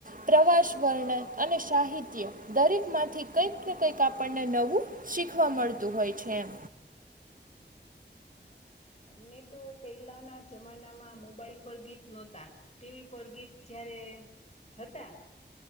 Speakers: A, on the right; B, on the left.
A: પ્રવાસ વર્ણન અને સાહિત્ય, દરેક માંથી કંઈક ને કંઈક આપણને નવું શીખવા મળતું હોય છે એમ.
B: હા, હા અમને તો પહેલાના જમાનામાં મોબાઈલ પર ગીત નહોતા ટી વી પર ગીત જયારે હતા